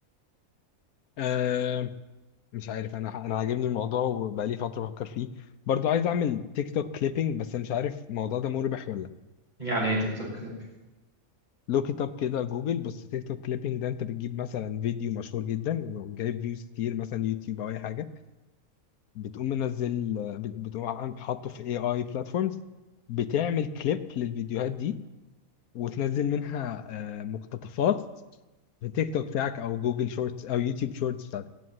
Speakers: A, on the left; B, on the right.
A: أه مش عارف انا انا عاجبني الموضوع وبقالي فتره بفكر فيه برضو عايز اعمل تيك توك كليبنج بس مش عارف الموضوع ده مربح ولا لا.
B: يعني ايه تيك توك كليب
A: لوك ات اب كده جوجل بص تيك توك كليبنج ده انت بتجيب مثلا فيديو مشهور جدا وجايب فيوز كتير مثلا يوتيوب او اي حاجه بتقوم منزل بت- بتقوم عم- حاطه في اي اي بلاتفورمز بتعمل كليب للفيديوهات دي وتنزل منها آه، مقتطفات في تيك توك بتاعك او جوجل شورتس او يوتيوب شورتس بتاعتك